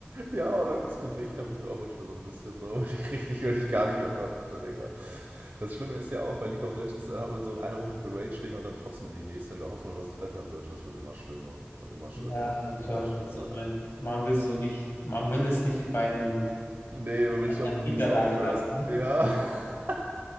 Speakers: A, on the right; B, on the left.
A: Ja, oder ins Gesicht habe ich mir auch manchmal so ein bisschen so, <laughs> wenn ich richtig, wenn ich gar nicht mehr konnte, Digga. Das Schlimme ist ja auch, bei League of Legends, dann haben wir so in einer Runde geraged, Digga, und dann trotzdem in die nächste, in der Hoffnung, dass es besser wird. Und es wird immer schlimmer und immer schlimmer
B: Ja, ich
A: und
B: weiß,
A: immer schlimmer,
B: was du meinst.
A: ey.
B: Man will so nicht, man will es nicht bei einem,
A: Nee, man will
B: einer
A: nicht auf dem Blues
B: Niederlage
A: aufhören.
B: lassen.
A: Ja, <laughs>